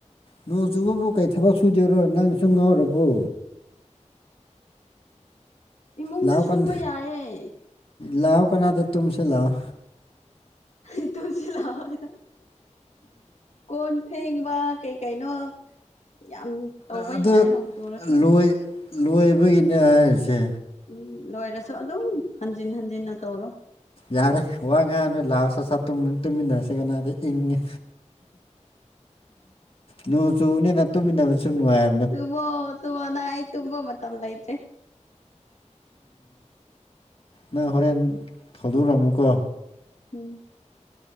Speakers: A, on the left; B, on the left.
A: ꯅꯣꯡ ꯆꯨꯕꯕꯨ ꯀꯩ ꯊꯕꯛ ꯁꯨꯗꯣꯏꯔꯣ ꯅꯪ ꯆꯨꯝꯉꯧꯔꯕꯨ
B: ꯏꯃꯨꯡꯗ
A: ꯂꯥꯛꯑꯣ
B: ꯁꯨꯕ
A: ꯀꯟ
B: ꯌꯥꯏꯌꯦ
A: ꯂꯥꯛꯑꯣ ꯀꯅꯥꯗꯦ ꯇꯨꯝꯁꯦ ꯂꯥꯛꯑꯣ
B: ꯑꯩ ꯊꯝ <inaudible> ꯁꯤ ꯂꯑꯣꯗ ꯀꯣꯟ ꯐꯦꯡꯕ ꯀꯩ ꯀꯩꯅꯣ ꯌꯥꯝ ꯇꯧꯕ
A: ꯑꯗꯨ
B: ꯌꯥꯏ ꯅꯣꯡ ꯆꯨꯔꯁꯨ
A: ꯂꯣꯏ ꯂꯣꯏꯕꯒꯤꯅꯦ ꯍꯥꯏꯔꯤꯁꯦ
B: ꯎꯝ ꯂꯣꯏꯔꯁꯨ ꯑꯗꯨꯝ ꯍꯟꯖꯤꯟ ꯍꯟꯖꯤꯟꯅ ꯇꯧꯔ
A: ꯌꯥꯔꯦ ꯋꯥ ꯉꯥꯡꯅꯣ ꯂꯥꯛꯑꯣ ꯁꯠ ꯁꯠ ꯇꯨꯝꯃꯤꯟꯅꯁꯤ ꯀꯅꯥꯗꯦ ꯏꯪꯉꯦ ꯅꯣꯡ ꯆꯨꯕꯅꯤꯅ ꯇꯨꯃꯤꯟꯅꯕ ꯁꯨ ꯅꯨꯡꯉꯥꯏꯔꯦ
B: ꯇꯨꯝꯃꯨ ꯇꯨꯝꯕ ꯃꯇꯝ ꯂꯩꯇꯦ
A: ꯅꯪ ꯍꯣꯔꯦꯟ ꯊꯧꯗꯨꯔꯝꯃꯨꯀꯣ
B: ꯎꯝ